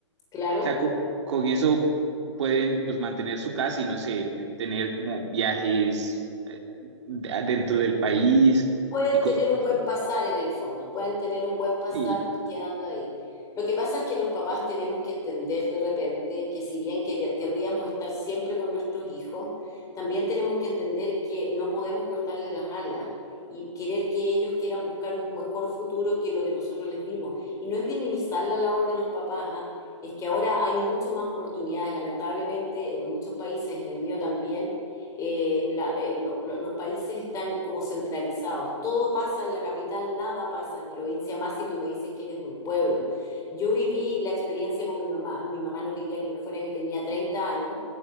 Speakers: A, on the left; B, on the right.
A: claro.
B: sea, co- con eso pueden pues mantener su casa y no sé, t- tener como viajes eh, de- dentro del país
A: Pueden
B: y cosas
A: tener un
B: así.
A: buen pasar en el fondo, pueden tener un buen pasar
B: Sí.
A: quedando ahí. Lo que pasa es que los papás tenemos que entender de repente que si bien que- le- querríamos estar siempre con nuestros hijos, también tenemos que entender que no podemos cortarle las alas y querer que ellos quieran buscar un mejor futuro que lo que nosotros les dimos. Y no es minimizar la labor de los papás, ¿ah? Es que ahora hay mucho más oportunidades, lamentablemente en muchos países, en el mío también eh, la- eh, lo- lo- los países están como centralizados. Todo pasa en la capital, nada pasa en provincia, más si tú me dices que eres de un pueblo. Yo viví la experiencia con mi mamá. Mi mamá no quería que me fuera, yo tenía 30 años